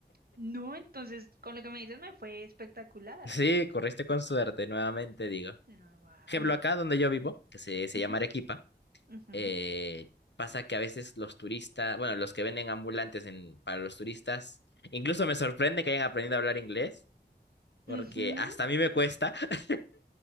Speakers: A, on the right (about 60°); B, on the left (about 85°).
A: No, entonces, con lo que me dices me fue espectacular.
B: Sí, corriste con suerte, nuevamente digo.
A: No, wow.
B: Ejemplo, acá donde yo vivo, que se, se
A: Ujú,
B: llama Arequipa,
A: ujú,
B: eh, pasa que a veces los turistas, bueno, los que venden ambulantes en, para los turistas, incluso me sorprende que hayan aprendido a hablar inglés, porque
A: ujú.
B: hasta a mí me cuesta. <laughs>